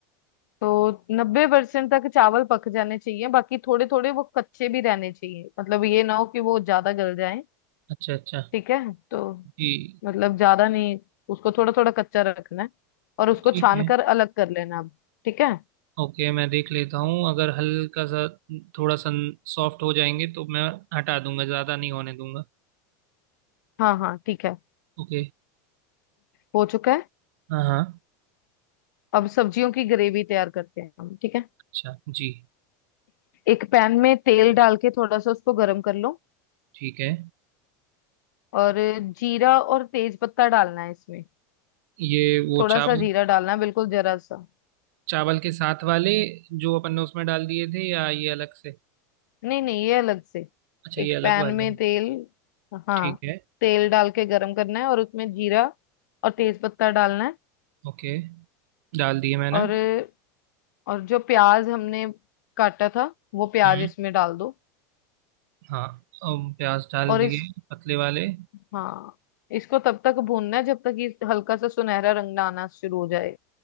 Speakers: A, on the left; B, on the right.
A: तो नब्बे परसेंट तक चावल पक जाने चाहिए बाकी थोड़े थोड़े वो कच्चे भी रहने चाहिए मतलब ये ना हो कि वो ज्यादा गल जाए
B: अच्छा अच्छा
A: ठीक है तो
B: जी
A: मतलब ज्यादा नहीं उसको थोड़ा थोड़ा कच्चा रखना है और उसको
B: ठीक
A: छान
B: है
A: कर अलग कर लेना अब ठीक है
B: ओके मैं देख लेता हूँ अगर हल्का सा थोड़ा सा सॉफ्ट हो जाएंगे तो मैं हटा दूंगा ज़्यादा नहीं होने दूंगा
A: हाँ हाँ ठीक है
B: ओके
A: हो चुका है
B: हाँ हाँ
A: अब सब्जियों की ग्रेवी तैयार करते हैं हम ठीक है
B: अच्छा जी
A: एक पैन में तेल डाल के थोड़ा सा उसको गर्म कर लो
B: ठीक है
A: और जीरा और तेज पत्ता डालना है इसमें
B: ये वो
A: थोड़ा
B: चावल
A: सा जीरा डालना है बिल्कुल जरा सा
B: चावल के साथ वाले जो अपन ने उसमें डाल दिए थे या ये अलग से
A: नहीं नहीं ये अलग से
B: अच्छा ये
A: एक
B: अलग
A: पैन
B: वाले
A: में
B: हैं।
A: तेल हाँ
B: ठीक है
A: तेल डाल के गरम करना है और उसमें जीरा और तेज पत्ता डालना है
B: ओके डाल दिए मैंने
A: और और जो प्याज हमने काटा था वो प्याज
B: हम्म
A: इसमें डाल दो
B: हाँ अब प्याज डाल
A: और
B: दिए
A: इस
B: पतले वाले
A: हाँ इसको तब तक भूनना है जब तक ये हल्का सा सुनहरा रंग ना आना शुरू हो जाए